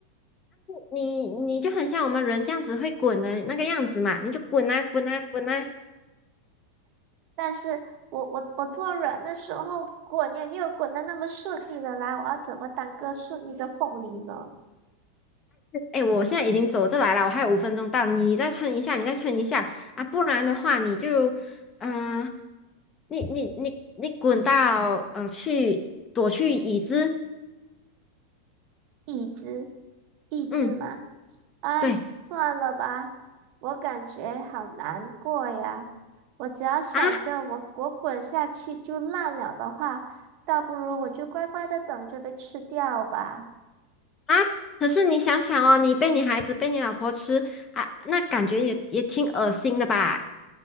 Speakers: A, on the left; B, on the right.
A: 你你就很像我们人这样子会滚的那个样子嘛，你就滚啊滚啊滚啊！
B: 但是我我我坐软的时候滚也没有滚的那么顺利了，来，我要怎么当个顺利的凤梨呢？
A: 哎，我现在已经走这来了，我还有五分钟到，你再撑一下，你再撑一下啊，不然的话你就，嗯，你你你你滚到呃去躲去椅子，
B: 一只，一只吗？
A: 嗯，
B: 哎，
A: 对
B: 算了吧，我感觉好难过呀。我只要想着我我滚下去就烂了的话，
A: 啊
B: 倒不如我就乖乖的等着被吃掉吧。
A: 啊，可是你想想哦，你被你孩子被你老婆吃啊，那感觉也也挺恶心的吧？